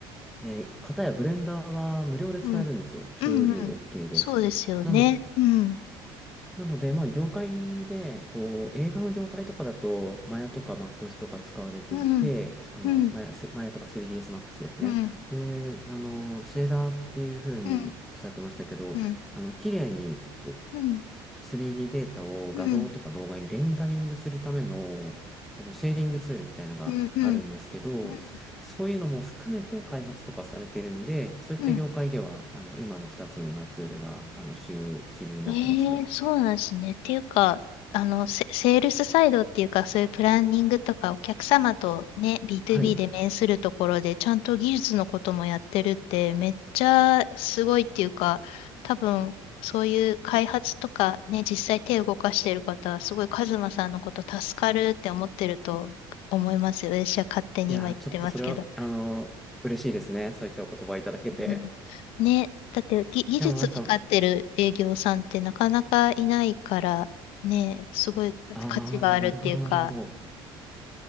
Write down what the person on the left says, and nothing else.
うん。
うんうん。
そうですよね。
うん。
うん。
うん。
うん。
うん。うん。
うん。
うん。うん。
うん。うん。うん。うん。
うん。
ええそうなんですね。っていうか、あの、セ、セールスサイドっていうか、そういうプランニングとか、お客様とね、b o
b で面するところで、ちゃんと技術のこともやってるって、めっちゃすごいっていうか、多分、そういう開発とかね、実際手を動かしてる方は、すごいカズマさんのこと助かるって思ってると思いますよ。私は勝手に今言ってますけど。
うんね、だってぎ技術がかってる営業さんってなかなかいないから、
ね、すごい価値があるっていうか、